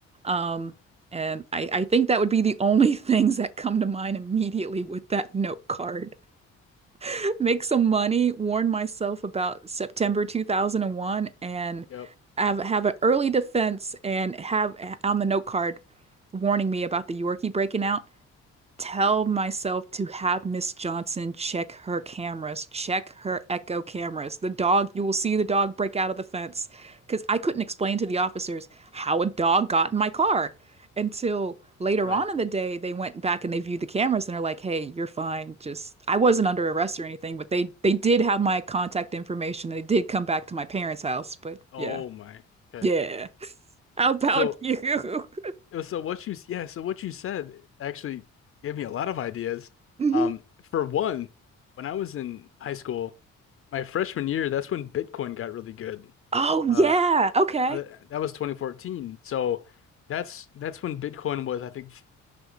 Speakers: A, on the right; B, on the left.
A: Um, and I, I think that would be the only <laughs> things that come to mind immediately with that note card. <laughs> Make some money, warn myself about September 2001, and
B: Yep.
A: have have an early defense and have on the note card warning me about the Yorkie breaking out tell myself to have Miss Johnson check her cameras, check her echo cameras. The dog, you will see the dog break out of the fence. Because I couldn't explain to the officers how a dog got in my car until later
B: Right.
A: on in the day they went back and they viewed the cameras and they're like, hey, you're fine. Just I wasn't under arrest or anything, but they they did have my contact information. They did come back to my parents' house. But
B: Oh
A: yeah.
B: my. Okay.
A: Yeah. <laughs> How about
B: So
A: you? <laughs>
B: uh, so what you yeah, so what you said actually gave me a lot of ideas.
A: Mhm.
B: Um, for one, when I was in high school, my freshman year, that's when Bitcoin got really good.
A: Oh
B: Uh,
A: yeah. Okay.
B: th- that was 2014. So that's that's when Bitcoin was, I think,